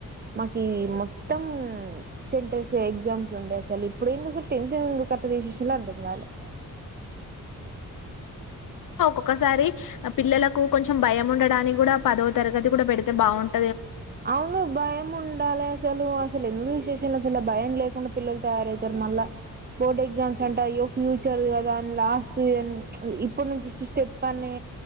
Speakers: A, on the right; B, on the left.
A: మాకి మొత్తం సెంటెర్ ఎగ్జామ్స్ ఉండే అసలు ఇప్పుడు ఏంది అస టెన్త్ ఏ కట్ట చేసిల్లొ అర్ధం కాలే
B: ఒకసారి పిల్లలకు కొంచెం భయం ఉండడానికి కూడా పదో తరగతి కూడా పెడితే బాగుంటు
A: అవును భయం ఉండాలి అసలు అసలు ఎందుకు తీసేసిల్లు అసలు భయం లేకుండా పిల్లలు తయారవుతారు మళ్ళా బోర్డ్ ఎగ్జామ్స్ అంట అయ్యో ఫ్యూచర్ కదా అని లాస్ట్ ఇప్పడు నుంచి ఇ స్టెప్ అని